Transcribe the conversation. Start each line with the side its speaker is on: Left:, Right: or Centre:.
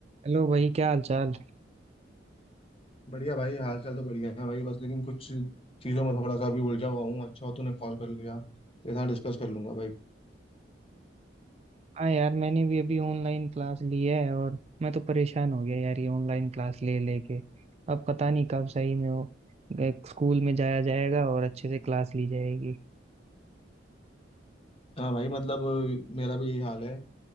Right: Hello भाई क्या हाल चाल
Left: बढ़िया भाई हाल चाल तो बढ़िया है भाई बस लेकिन कुछ चीज़ों में थोड़ा सा अभी उलझा हुआ हूँ अच्छा हो तूने कॉल कर लिया तेरे साथ डिस्कस कर लूंगा भाई
Right: हाँ यार मैंने भी अभी ऑनलाइन क्लास ली है और मैं तो परेशान हो गया यार ये ऑनलाइन क्लास ले लेके अब पता नहीं कब सही में वो एक स्कूल में जाया जाएगा और अच्छे से क्लास ली जाएगी
Left: हाँ भाई मतलब मेरा भी यही हाल है